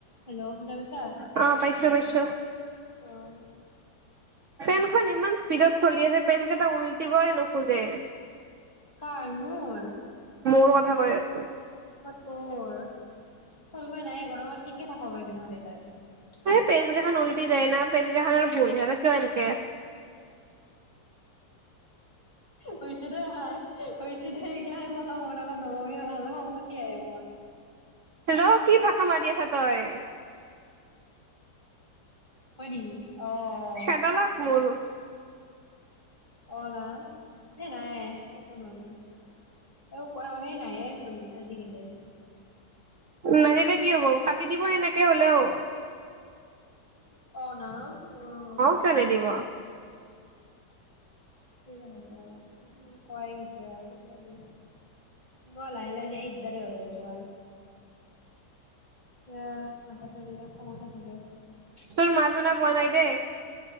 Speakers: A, on the left; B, on the right.
A: Hello শুনা পাইছা?
B: উ অ' পাইছো-পাইছো।
A: অ',
B: ফেনখন ইমান স্পীডত চলি আছে পেজ কেইটা উলটিবই নোখোজে।
A: কাৰ মোৰ
B: মোৰ কথা কৈ আছো
A: কত বৰ চলবা নাই গৰমত কেনকে থাকবা পাৰিবি নহ'লে তই
B: এই পেজ কেইখন উল্টি যায় ন পেছকেখানৰ ভুল হে কিয় এনকে
A: হইছে দে ভাই হইছে দে, এইগিলাখন কথা মোৰ আগত নকবি ভাই ভালো খঙ উঠি আহে মোৰ
B: ৰহ কি ভাষা মাতি আছ তই।
A: হয় নেকি? অ',
B: সেদালাক মোৰ
A: অ' নাত এ নায়ে একো নহয় দে। আৰু কৰা হেই নায়েই চোন আজি দিলে।
B: নাহিলে কি হ'ব? কাটি দিব সেনেকে হ'লেও।
A: <inaudible> অ', না অ'।
B: কিয় নিদিব।
A: কিযে হ'ব। উম কয় গৈছে আৰু মই লাহে লাহে যে এইদ তাতে হৈ আছো আৰু। এ মাথাটো এনি টাইম খঙতে থাকে।
B: তোৰ মাত শুনা পোৱা নাই দেই।